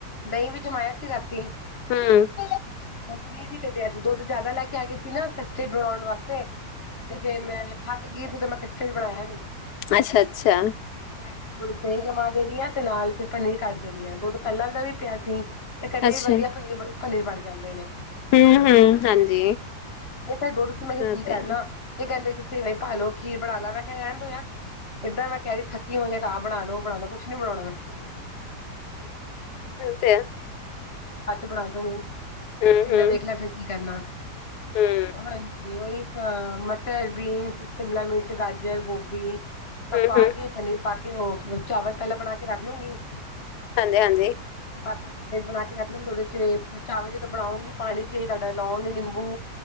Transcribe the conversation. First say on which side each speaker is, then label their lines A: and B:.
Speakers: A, on the left; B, on the left.
A: ਦਹੀਂ ਵੀ ਜਮਾਇਆ ਸੀ ਰਾਤੀ।
B: ਹਮ
A: ਹ ਪਨੀਰ ਵੀ ਪਿਆ ਸੀ ਦੁੱਧ ਜ਼ਿਆਦਾ ਲੈ ਕੇ ਆ ਗਏ ਸੀ ਨਾ ਕਸਟਰਡ ਬਣਾਉਣ ਵਾਸਤੇ। ਤੇ ਫੇ ਮੈਂ ਥੱਕ ਗਈ ਤੇ ਮੈਂ ਕਸਟਰਡ ਬਣਾਇਆ ਨਹੀਂ।
B: ਅੱਛਾ ਅੱਛਾ।
A: ਮੈਂ ਕਿਹਾ ਦਹੀ ਹੀ ਜਮਾ ਦੇ ਰਹੀ ਹਾਂ ਤੇ ਨਾਲ। ਪਨੀਰ ਕੱਢ ਦੇਣੀ ਆ ਦੁੱਧ ਪਹਿਲਾਂ ਦਾ ਵੀ ਪਿਆ ਸੀ ਤੇ ਕਦੇ
B: ਅੱਛਾ,
A: ਵੀ ਵਧੀਆ ਪਨੀਰ ਪਨੀਰ ਬਣ। ਨੇ
B: ਹੂੰ-ਹੂੰ, ਹਾਂਜੀ।
A: ਇ <inaudible> ਦੋ ਤੁਸੀਂ ਮੈਂ ਕਿਹਾ
B: ਹਾਂ
A: ਕੀ ਕਰਨਾ
B: ਤੇ ਹੈ।
A: ਇਹ ਕਹਿੰਦੇ ਕਿ ਸੇਵੀਆਂ ਪਾ ਲਓ ਖੀਰ ਬਣਾ ਲਾ ਮੈਂ ਕਿਹਾ ਰਹਿਣ ਦਿਓ ਯ ਏਦਾਂ ਮੈਂ ਕਹਿਦੀ ਥੱਕੀ ਹੋਈਆਂ। ਆਹ ਬਣਾ ਲਓ ਉਹ ਬਣਾ ਲਓ ਕੁਛ ਨੀ ਬਣਾਉਣਾ ਮੈਂ
B: ਤੇ ਆ
A: ਹੱਥ ਬਣਾ ਦਿਓ ਕਹਿੰਦਾ
B: ਹੂੰ-ਹੂੰ,
A: ਵੇਖ ਲਿਆ ਫਿਰ ਕੀ ਕਰਨਾ ਤੇ।
B: ਹੂੰ,
A: ਉਹੀ ਹਾਂ ਮਟਰ, ਬੀਨਸ, ਸ਼ਿਮਲਾ ਮਿਰਚ, ਗਾਜਰ, ਗੋਭੀ। ਸਬ
B: ਹੂੰ-ਹੂੰ,
A: ਪਾ ਕੇ ਪਨੀਰ ਪਾ ਕੇ ਉਹ ਚਾਵਲ ਪਹਿਲਾਂ ਬਣਾ ਕੇ ਰੱਖ ਲਉਗੀ।
B: ਹਾਂਜੀ ਹਾਂਜੀ।
A: ਬਾਸਮਤੀ ਬਣਾ ਕੇ ਰੱਖ। ਉਹਦੇ ਚ ਚਾਵਲ ਜਦੋਂ ਬਣਾਉਂਗੀ ਪਾਣੀ ਚ ਤੁਹਾਡਾ ਲੋਂਗ ਨਿੰਬੂ।